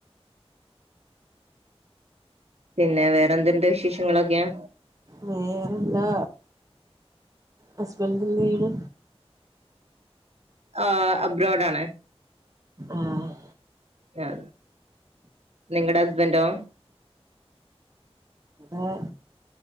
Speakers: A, on the right; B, on the right.
A: പിന്നെ വേറെന്ത്ണ്ട് വിശേഷങ്ങളൊക്കെയാ
B: വേറെന്താ ഹസ്ബൻഡ് എന്തെയ്യ്ണ്
A: ആഹ് അബ്രോഡ് ആണ്
B: ആഹ്
A: ആഹ് നിങ്ങടെ ഹസ്ബൻ്റോ
B: ആഹ്